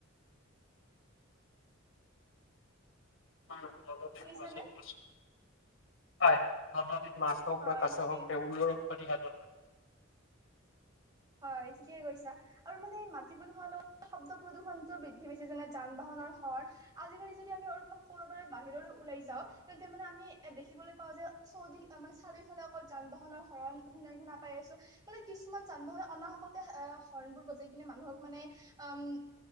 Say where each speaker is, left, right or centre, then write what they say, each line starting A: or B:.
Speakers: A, on the left; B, on the right.
A: <unintelligible>
B: শুনিছানে
A: হয়। <unintelligible> মাছ হওঁক
B: হয়
A: বা কাচ
B: ঠিকেই
A: হওঁক তেওঁবোৰৰ ক্ষতি সাধন হয়।
B: হয়, ঠিকে কৈছা। আৰু মানে মাটি প্ৰদূষণ, শব্দ প্ৰদূষণতটো বৃদ্ধি পাইছে, যেনে যান বাহনৰ হৰ আজিকালি যদি আমি অলপমান ক'ৰবালে বাহিৰলৈ ওলাই যাওঁ, তেন্তে মানে আমি এ দেখিবলৈ পাওঁ যে চৌদিশ মানে, চাৰিওফালে অকল যান বাহনৰ হৰন শুনা পাই আছোঁ, মানে কিছুমান যান বাহন অনাহকতে অ', হৰ্ণবোৰ বজাই কিনে মানুহক মানে, অ',